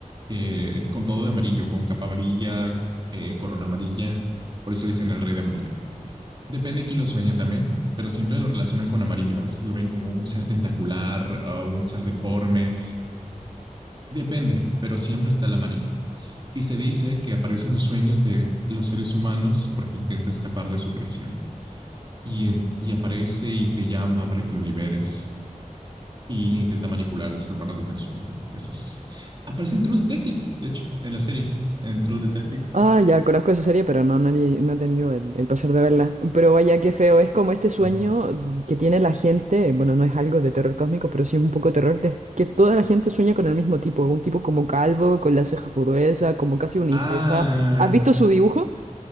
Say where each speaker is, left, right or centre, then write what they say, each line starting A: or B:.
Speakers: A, on the right; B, on the right.
A: eh, con todo de amarillo, con capa amarilla, eh, corona amarilla. Por eso le dicen el rey de amarillo. Depende de quién lo sueña también, pero siempre lo relacionan con amarillo. A veces lo ven como un ser tentacular, uh, un ser deforme, Depende, pero siempre está el amarillo. Y se dice que aparecen los sueños de los seres humanos porque intenta escapar de su prisión. Y, en- y aparece y te llama para que lo liberes. Y intenta manipular al ser humano desde el sueño. Eso es. Aparece en True Detective, de hecho, en la serie. En True Detective
B: Ah,
A: aparece.
B: ya conozco esa serie, pero no, no, he no he tenido el, el placer de verla. Pero vaya, qué feo. Es como este sueño
A: Ah,
B: que tiene la gente. Bueno, no es algo de terror cósmico, pero sí es un poco terror. de- que toda la gente sueña con el mismo tipo. Un tipo como calvo, con las cejas gruesas, como casi uniceja.
A: Ah,
B: ¿Has visto su dibujo?